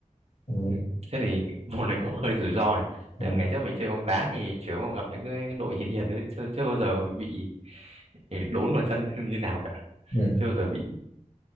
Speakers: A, on the left (about 55°); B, on the right (about 55°).
A: Ừ.
B: Ừ. Thế thì <laughs> môn này cũng hơi rủi ro này.
A: Ừ.
B: Tại ngày trước mình chơi bóng đá thì chủ yếu gặp những cái đội hiền hiền đấy chưa chưa bao giờ mà bị ừ, đốn vào chân <laughs> như nào cả.
A: Ừ.
B: Chưa bao giờ bị